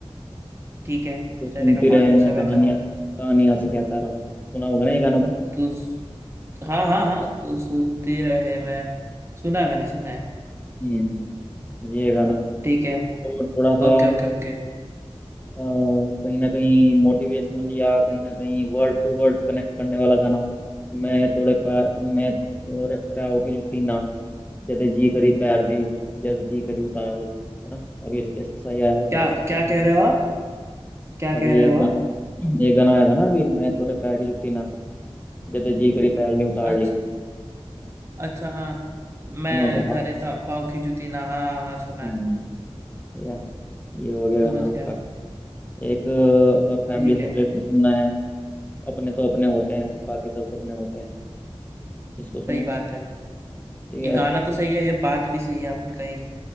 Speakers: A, on the right; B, on the left.
A: ठीक है
B: तो सुनती
A: चलेगा
B: रहे
A: पानी
B: मैं
A: सा
B: कहानियां
A: बहता रहो
B: कहानियां से कहता रहूं सुना होगा ना ये गाना तो
A: तू हाँ हाँ हाँ तू सुनती रहे मैं सुना है मैंने सुना है
B: हम्म ये गाना
A: ठीक है
B: और थोड़ा सा
A: Okay okay okay
B: अ, कहीं ना कहीं मोटिवेशनल या कहीं ना कहीं वर्ड टू वर्ड कनेक्ट करने वाला गाना मैं तोड़े पा मैं तोड़े पाँव की जूती ना जब जी करी पैर दी जब जी करी उतार ली है ना अभी लेटेस्ट सही आया है थोड़ा
A: क्या
B: कुछ
A: क्या
B: नहीं।
A: कह रहे हो आप क्या
B: अभी
A: कह रहे
B: एक
A: हो
B: गाना
A: आप
B: एक गाना आया था ना अभी मैं तेरे पैर की जुत्ती ना जब जी करी पैर ली उतार
A: अच्छा
B: ली
A: अच्छा हाँ मैं
B: है ना तो
A: तारे
B: हाँ,
A: ता, पाव की जूती ना हाँ हाँ हाँ, सुना
B: हम्म,
A: है
B: ठीक है ये हो गया
A: समझ
B: गाना आपका
A: गया
B: एक अ, और फैमिली
A: ठीक
B: से
A: है
B: रिलेटेड सुनना है अपने तो अपने होते हैं बाकी सब सपने होते हैं इसको सुनो
A: सही बात है
B: ठीक
A: ये
B: है
A: गाना तो सही है ये बात भी सही है आपने कही